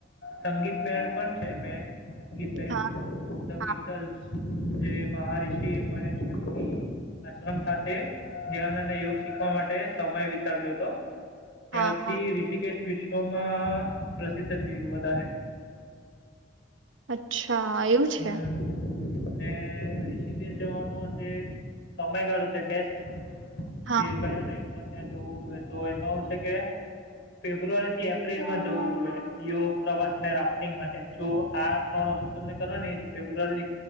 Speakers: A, on the left (about 70°); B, on the right (about 80°).
A: સંગીત બેન્ડ પણ છે બેન્ડ સંગીત બેન.
B: હા
A: ધ
B: હા
A: બીટલસ જે મહારષિ મહેશ યોગી આશ્રમ ખાતે. ધ્યાન અને યોગ શીખવા માટે. સમય વિતાવ્યો હતો. ત્યારથી
B: હા હા
A: ઋષિકેશ. વિશ્વમાં. પ્રસિદ્ધ થયું વધારે.
B: અચ્છા! હ હા
A: હમ.
B: એવું છે.
A: ને ઋષિકેશ જવાનો જે સમયગાળો છે બેસ્ટ.
B: હા
A: કે કયા ટાઈમ? તું જોઈએ તો એમાંું છે કે, ફેબ્રુઆરી થી એપ્રિલમાં જવું જોઈએ. પ્રવાસ અને રાફ્ટિંગ માટે, જો આ ત્રણ વસ્તુ તને. કરો ને એ તો ફેબ્રુઆરી